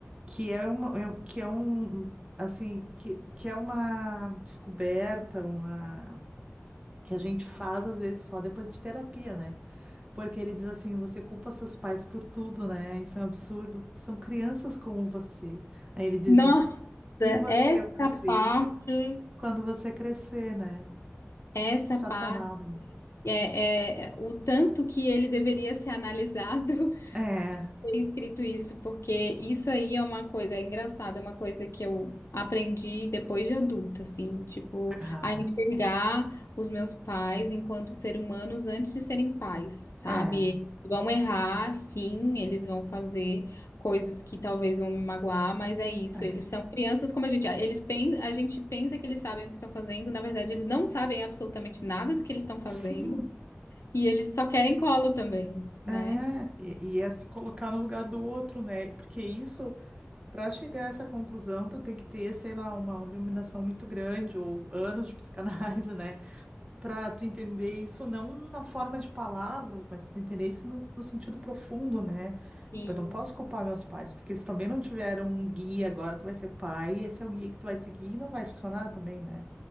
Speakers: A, on the right (about 25°); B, on the left (about 70°).
A: que é uma, é um- que é um, assim, que, que é uma descoberta, uma, que a gente faz, às vezes, só depois de terapia, né? Porque ele diz assim, você culpa seus pais por tudo, né? Isso é um absurdo. São crianças como você. Aí ele diz,
B: Nossa,
A: E você
B: essa
A: vai ser
B: parte.
A: quando você crescer, né?
B: Essa
A: Sensacional,
B: parte
A: né?
B: é, é o tanto que ele deveria ser analisado <laughs>
A: É,
B: tem escrito isso, porque isso aí é uma coisa, é engraçado, é uma coisa que eu aprendi depois de adulta, assim, tipo,
A: ah,
B: a enxergar os meus pais enquanto ser humanos antes de serem pais, sabe?
A: é,
B: Eles Vão errar, sim, eles vão fazer coisas que talvez vão me magoar, mas é isso,
A: é.
B: eles são crianças como a gente, eles pen, a gente pensa que eles sabem o que estão fazendo, na verdade, eles não sabem absolutamente nada do que eles estão fazendo,
A: Sim,
B: e eles só querem colo também,
A: é.
B: né?
A: E, e é se colocar no lugar do outro, né? Porque isso, para chegar a essa conclusão, tu tem que ter, sei lá, uma iluminação muito grande ou anos de psicanálise, <laughs> né? Para tu entender isso não na forma de palavras, mas tu entender isso no, no sentido profundo, né?
B: Sim.
A: Eu não posso culpar meus pais, porque eles também não tiveram um guia. Agora tu vai ser pai, e esse é o guia que tu vai seguir e não vai funcionar também, né?